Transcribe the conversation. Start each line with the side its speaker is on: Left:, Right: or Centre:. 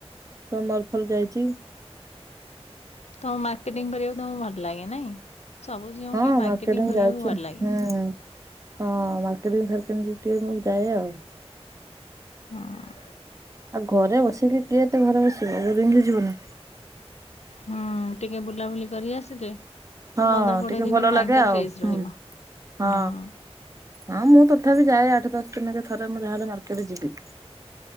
Right: ସେ ମଲ୍ ଫଲ୍ ଯାଇଛି।
Left: ତମୁକୁ ମାର୍କେଟିଙ୍ଗ୍ କରିବାକୁ ତମୁକୁ ଭଲ ଲାଗେ ନାଇଁ ସବୁ ଝିଅଙ୍କୁ
Right: ହଁ
Left: ଟିକେ ମାର୍କେଟିଙ୍ଗ୍
Right: ମାର୍କେଟିଂ
Left: କରିବାକୁ
Right: ଯାଇଛୁ
Left: ଭଲ ଲାଗେ।
Right: ହୁଁ ହଁ ମାର୍କେଟିଙ୍ଗ୍ ଫାର୍କେଡ୍ରିଂ ଟିକେ ମୁଁ ଯାଏ ଆଉ।
Left: ହଁ।
Right: ଆଉ ଘରେ ବସିକି କିଏ ଏତେ ଘରେ ବସିବ ବୋରିଙ୍ଗ୍ ହେଇ ଯିବନି।
Left: ହୁଁ ଟିକେ ବୁଲାବୁଲି କରି ଆସିଲେ
Right: ହଁ
Left: ପନ୍ଦର କୋଡିଏ
Right: ଟିକେ
Left: ଦିନ
Right: ଭଲ
Left: ମାଇଣ୍ଡ
Right: ଲାଗେ
Left: ଟା
Right: ଆଉ
Left: ଫ୍ରେଶ
Right: ହୁଁ
Left: ରହିବ। ହୁଁ
Right: ହଁ। ହଁ ମୁଁ ତଥାପି ଯାଏ ଆଠ ଦଶ ଦିନେକେ ଥରେ ମୁଁ ଯାହେଲେ ମାର୍କେଟେ ଯିବି।